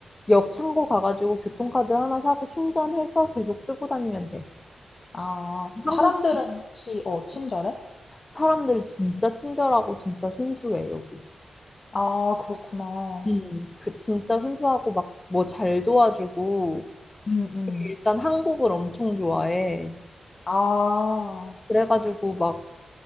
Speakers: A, on the left; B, on the left.
A: 역 창구 가가지고 교통카드 하나 사고 충전해서 계속 쓰고 다니면 돼.
B: 아, 사람들은
A: 한국
B: 혹시 어, 친절해?
A: 사람들 진짜 친절하고 진짜 순수해, 여기.
B: 아, 그렇구나.
A: 음. 그 진짜 순수하고 막 뭐 잘 도와주고
B: 음, 음.
A: 일단 한국을 엄청 좋아해.
B: 아.
A: 그래가지고 막